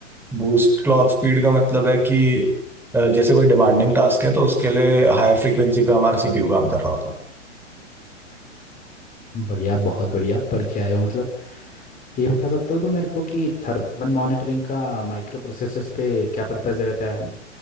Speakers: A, in the centre; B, on the left.
A: बूस्ट क्लॉक स्पीड का मतलब है कि आ, जैसे कोई डिमांडिंग टास्क है तो उसके लिए हायर फ्रीक्वेंसी पे हमारा सीपीयू काम कर रहा होता है
B: बढ़िया बहुत बढ़िया पढ़ के आए हो मतलब ये बता सकते हो तुम मेरे को कि थर्मल मॉनिटरिंग का माइक्रो प्रोसेसर्स पे क्या पर्पस रहता है